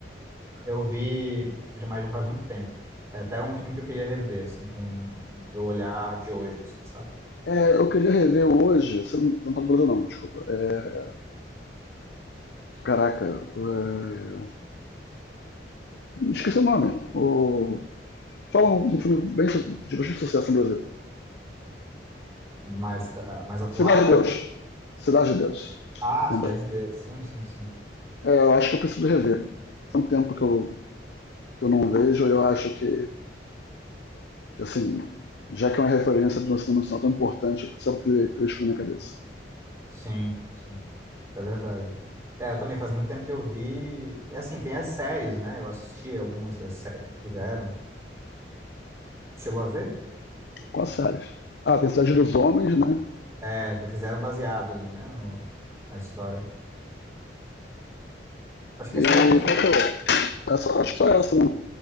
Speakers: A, on the right; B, on the left.
A: Eu vi, já mas já faz muito tempo. É até um filme que eu queria rever, assim, com meu olhar de hoje, assim, sabe?
B: É, eu queria rever hoje. Você não, não tá no Brasil, não, desculpa. É, caraca, é, esqueci o nome. O, fala um, um filme bem, so, de bastante sucesso no Brasil:
A: Mais, ah, mais atual,
B: Cidade
A: mas.
B: de Deus. Cidade de Deus.
A: Ah,
B: Lembrei.
A: Cidade de Deus. Sim, sim, sim.
B: É, eu acho que eu preciso rever. Há um tempo que eu que eu não vejo. Eu acho que, que assim, já que é uma referência de um cinema nacional tão importante, eu precisava ter fresco na minha cabeça.
A: Sim, sim. É verdade. É, eu também faz muito tempo que eu vi. E, assim, tem as séries, né? Eu assisti algumas das séries que fizeram. Chegou a ver?
B: Quais séries? Ah, tem Cidade dos Homens, né?
A: É, que fizeram baseado ali, né? no- na história. Acho que
B: E
A: é a Cidade
B: qual
A: dos Homens.
B: que é? Essa, acho que só essa, né?